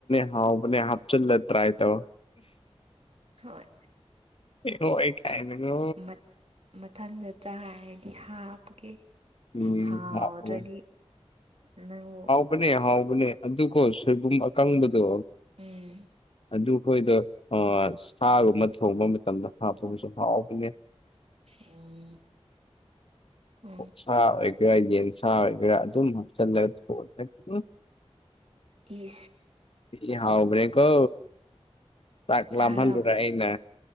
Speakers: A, on the left; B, on the right.
A: ꯍꯥꯎ ꯃꯅꯦ ꯍꯥꯞꯆꯜꯂ꯭ꯔꯥ ꯍꯥꯏ ꯇꯕ
B: ꯍꯣꯏ
A: ꯍꯣꯏ ꯀꯥꯏꯅꯦ ꯉ
B: ꯃꯠ ꯃꯊꯪꯗ ꯆꯥꯔꯗꯤ ꯍꯥꯞꯀꯦ
A: ꯎꯝ
B: ꯍꯥ
A: ꯍꯥꯞꯄꯣ
B: ꯍꯗ꯭ꯔꯗꯤ ꯅꯪꯕꯨ
A: ꯍꯕꯅꯦ ꯍꯥꯎꯕꯅꯦ ꯑꯗꯨꯣ ꯁꯣꯏꯕꯨꯝ ꯑꯀꯪꯕꯗꯣ
B: ꯎꯝ
A: ꯑꯗꯨ ꯑꯩꯈꯣꯏꯗ ꯁꯥꯒꯨꯝꯕ ꯊꯣꯡꯕ ꯃꯇꯝꯗ ꯍꯥꯞꯄꯒꯁꯨ ꯍꯥꯎꯕꯅꯦ
B: ꯎꯝ ꯎꯝ
A: ꯎꯁꯥ ꯑꯣꯏꯒꯦꯔꯥ ꯌꯦꯟꯁꯥ ꯑꯣꯏꯒꯦꯔꯥ ꯑꯗꯨꯝ ꯍꯥꯞꯆꯤꯜꯂꯒ ꯊꯑ
B: ꯏ
A: ꯏ ꯍꯥꯎꯕ꯭ꯔꯦ ꯀꯣ ꯆꯥꯛ
B: ꯆꯥꯕ
A: ꯂꯍꯜꯨꯔꯩꯅ